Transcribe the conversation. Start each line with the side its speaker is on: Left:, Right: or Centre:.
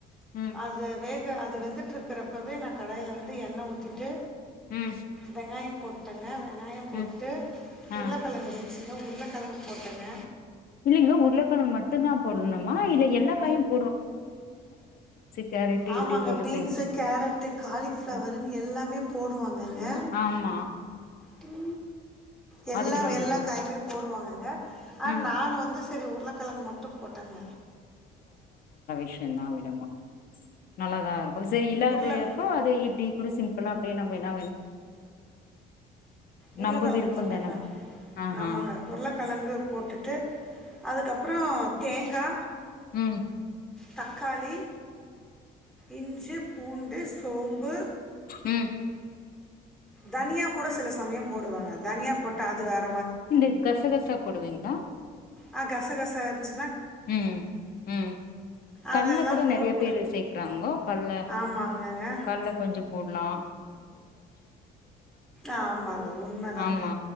Left: ம்
Centre: அது வே க அது வெந்துட்டு இருக் ற அப்பவே நான் கடாயில வந்து எண்ணெய் ஊத்திட்டு
Left: ம்
Centre: வெங்காயம் போட்டேங்க வெ ங்காயம் போட்டு
Left: ம் ஆ
Centre: உருளைக்கிழங்கு ரெண் சின்ன உருளைக்கிழங்கு போட்டேங்க
Left: இல்லைங்க உருளைக்கிழங்கு மட்டும் தான் போடணுமா இல்ல எல்லா காயும் கேரட்டு
Centre: ஆமாங்க
Left: இப்டி போட்டு
Centre: பீன்ஸு
Left: செஞ்
Centre: கேரட்டு் காலிஃபிளவருன்னு
Left: அ
Centre: எல்லாமே போடுவாங்க அதுல
Left: ஆமா
Centre: த <inaudible> எல்லாம்
Left: அதுக்குதாங்க
Centre: எல்லா
Left: கேட்டே
Centre: காயுமே போடுவாங்க ஆஹ்
Left: ம்
Centre: நான வந்து சரி உருள கிழங்கு மட்டும் போட்டாங்க
Left: விஷயன் தான் விடுங்க நல்லாதான் இருக்கும் செரி இல்லாதப்போ
Centre: உருளை
Left: அது இப்படி கூட சிம்பிளா <unintelligible> நம்பினா
Centre: உருளைக்கெழங்கு
Left: நம்ப விருப்பந்தான
Centre: போட்டாங்க
Left: ஆஹா
Centre: ஆமாங்க உருளைக்கெழங்கு போட்டுட்டு அதுக்கப்புறம் தேங்கா
Left: உம்
Centre: தக்காளி இஞ்சு பூண் சோம்பு
Left: உம்
Centre: தனியா கூட சில சமயம் போடுவாங்க தனியா போட்ட அது வேற
Left: இந்த கச கசா போடுவீங்களா
Centre: ஆ கச கசா இருந்துச்சு
Left: உம் உம்
Centre: அதெல்லாம்
Left: கல்ல கூட
Centre: போட்
Left: நெறைய பேரு சேர்க்கறாங்கோ கல்ல
Centre: ஆமாங்கங்க
Left: கல்ல கொஞ்சம் போடலாம்
Centre: ஆமாங்க உண்மைதாங்க
Left: ஆமா